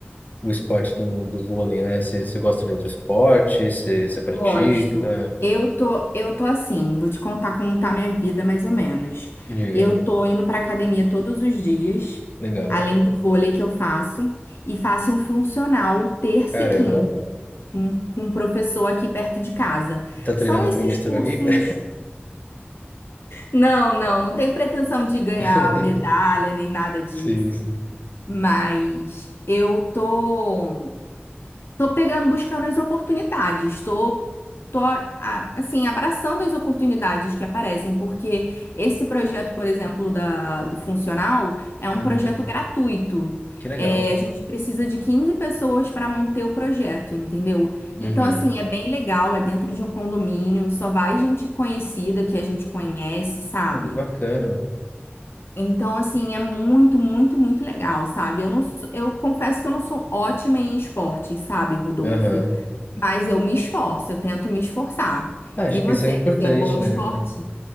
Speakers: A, on the left (about 40°); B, on the left (about 65°).
A: o esporte do, do vôlei, né? Você você gosta de outro esporte? Você você pratica?
B: Gosto. Eu tô, eu tô assim, vou te contar como tá minha vida, mais ou menos.
A: Diga.
B: Eu tô indo pra academia todos os dias,
A: Legal.
B: além do vôlei que eu faço, e faço um funcional terça
A: Caramba.
B: e quinta. com, com um professor aqui perto de casa.
A: Tá treinando
B: São esses
A: pro Mister
B: cursos.
A: Olímpia?
B: Não, não, não tenho pretensão de ganhar
A: <laughs>
B: medalha nem nada disso.
A: Sim, sim.
B: Mas eu tô. Tô pegando, buscando as oportunidades. Tô, tô a- assim, abraçando as oportunidades que aparecem, porque esse projeto, por exemplo, da, do funcional, é
A: Uhum.
B: um projeto gratuito.
A: Que legal.
B: É, a gente precisa de 15 pessoas para manter o projeto, entendeu?
A: Uhum.
B: Então, assim, é bem legal, é dentro de um condomínio, só vai gente conhecida que a gente conhece, sabe?
A: Pô, que bacana.
B: Então, assim, é muito, muito, muito legal, sabe? Eu não, sou- eu confesso que eu não sou ótima em esportes, sabe, Rodolfo?
A: Aham.
B: Mas eu me esforço, eu tento me esforçar.
A: Ah, acho
B: E você,
A: que isso é importante,
B: você é bom em
A: né?
B: esporte?